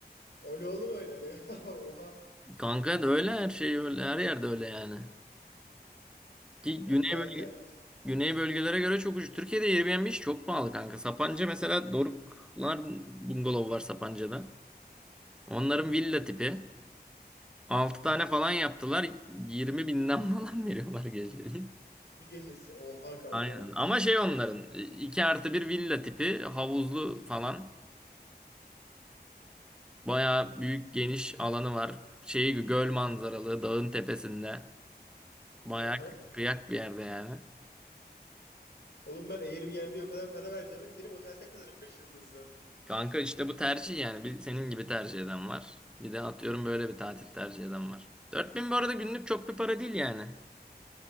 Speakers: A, on the left; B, in the centre.
A: O ne oldu böyle öyle bir- <laughs> Oha.
B: Kanka da öyle her şey öyle her yerde öyle yani. Ki
A: Evet
B: güney
A: bayağı
B: bölge
A: kârlı bir
B: güney bölgelere göre çok ucuz. Türkiye'de Airbnb iş çok pahalı kanka. Sapanca mesela Doruklar bungalov var Sapanca'da. Onların villa tipi. 6 tane falan yaptılar. 20 binden falan <laughs> veriyorlar geceliğin.
A: bir gecesi. Oha kanka.
B: Aynen. Ama şey onların 2 artı bir villa tipi havuzlu falan. Bayağı büyük geniş alanı var. Şeyi göl manzaralı dağın tepesinde. Bayağı
A: Aha.
B: kıyak bir yerde yani.
A: Oğlum ben Airbnb'ye o kadar para vereceğime giderim otelde kalırım 5 yıldızlı.
B: Kanka işte bu tercih yani. Bir senin gibi tercih eden var. Bir de atıyorum böyle bir tatil tercih eden var. dört bin bu arada günlük çok bir para değil yani.